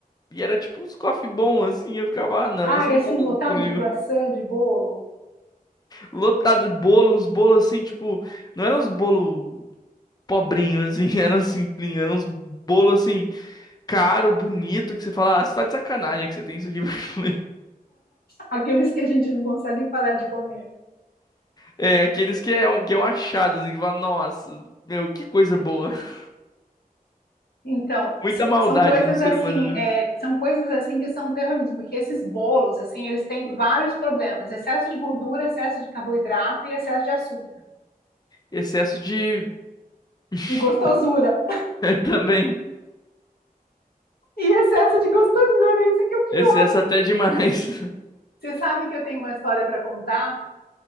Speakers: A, on the left; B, on the left.
A: E era tipo uns coffee bons, assim. Eu ficava, ah, não,
B: Ai,
A: você não
B: assim,
A: tá fazendo
B: lotado
A: isso comigo.
B: de croissant, de bolo,
A: Lotado de bolo, uns bolos assim, tipo, não eram uns bolos pobrinhos, assim, <laughs> eram simplinhos, eram uns bolos assim, caro, bonito, que você fala, ah, você tá de sacanagem que você tem isso aqui pra comer.
B: aqueles que a gente não consegue parar de comer.
A: É, aqueles que é, um- que é um achado, assim, que fala, nossa, meu, que coisa
B: Vixe.
A: boa. <laughs>
B: Então,
A: Muita
B: so-
A: maldade
B: são coisas
A: no ser
B: assim,
A: humano, viu?
B: é, são coisas assim que são terrorismo, porque esses bolos, assim, eles têm vários problemas: excesso de gordura, excesso de carboidrato e excesso de açúcar.
A: Excesso de. <laughs>
B: E gostosura.
A: Também.
B: E excesso de gostosura, isso que é o pior.
A: Excesso até demais. <laughs>
B: Você sabe que eu tenho uma história para contar?